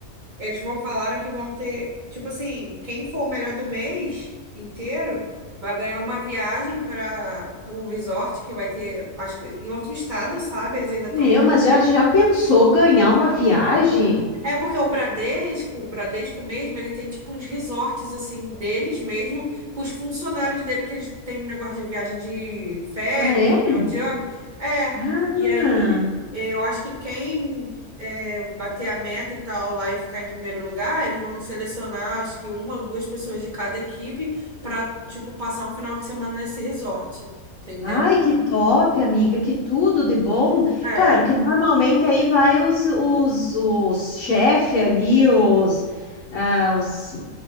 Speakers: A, on the right; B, on the left.
A: Eles vão falaram que vão ter. Tipo assim, quem for o melhor do mês inteiro vai ganhar uma viagem para para um resort que vai ter, acho que em outro estado, sabe? Eles ainda estão.
B: Meu,
A: decidindo.
B: mas já já pensou ganhar uma viagem?
A: É porque o Bradesco, o Bradesco mesmo, ele tem tipo uns resorts assim deles mesmo, para os funcionários dele que eles têm um negócio de viagem de férias,
B: Ah, é?
A: de final de ano. É,
B: Ah.
A: e aí eh, eu acho que quem eh, bater a meta e tal lá e ficar em primeiro lugar, eles vão selecionar acho que uma ou duas pessoas de cada equipe para tipo passar um final de semana nesse resort, entendeu?
B: Ai, que top, amiga, que tudo de bom.
A: É,
B: Claro que normalmente aí vai os, os, os chefe ali, os, ah, os,